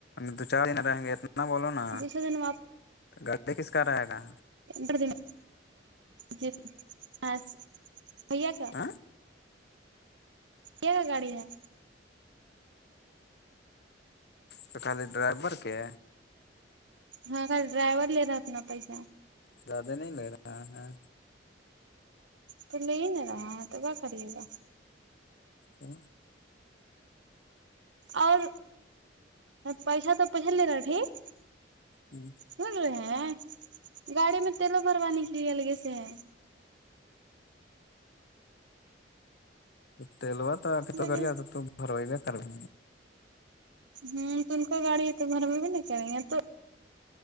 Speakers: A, on the left; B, on the right.
A: دو چار دن رہیں گے اتنا بولو نا
B: دوسرے دن
A: گای کس کا رہے گا
B: بڑ دن جی ہو کیا
A: ہ
B: کیا گاڑی ہے
A: تو خالی ڈرائیبر کے
B: ہاں کل ڈرائیور لے رہات ن پیس
A: زیادہ نہیں لگ رہا ہاں ہاں
B: تو لے ہی نہیں رہا ہے تو کیا کریے گا
A: ہ
B: اور پیسہ تو پچل ل رہ ٹھیک
A: ہوں
B: سن رہے ہیں گاڑی میں تیلوں بھروانے کے لیے الگے سے ہے
A: تلوا توب
B: بولے
A: تو کر تو بروئی کار ہ
B: ہوں تو ان کو گاڑی تو گھر میں بھی نہیں کریں گے تو